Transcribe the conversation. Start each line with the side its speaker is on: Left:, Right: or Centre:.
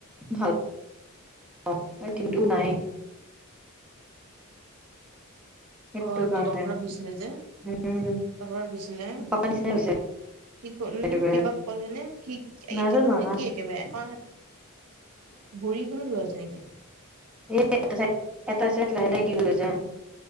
Centre: ভাল পাওঁ। টো নাই সেইটো
Right: অ
Centre: কাৰণে
Right: দে ডক্টৰত গৈছিলে যে,
Centre: উম
Right: ডক্টৰত গৈছিলে।
Centre: পাপা নিচিনা হৈছে
Right: কি কল
Centre: একেবাৰে
Right: কিবা ক'লে নে? কি একেবাৰে
Centre: নাজানো
Right: মানে
Centre: হা
Right: কি একেবাৰে এখন বুৰি কলৈ গ'ল যে <unintelligible>
Centre: এ এটা চাইট, এটা চাইট লাহে লাহে কি হৈছে।